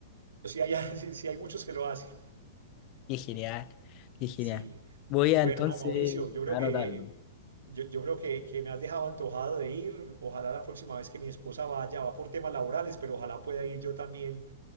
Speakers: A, on the right (about 85°); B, on the left (about 40°).
A: sí hay, <laughs> sí- sí hay muchos que lo hacen.
B: Qué genial, qué genial.
A: Sí.
B: Voy
A: Bueno,
B: a entonces
A: no, Mauricio, yo creo
B: a
A: que,
B: anotarlo.
A: yo, yo creo que, que me has dejado antojado de ir. Ojalá la próxima vez que mi esposa vaya, va por temas laborales, pero ojalá pueda ir yo también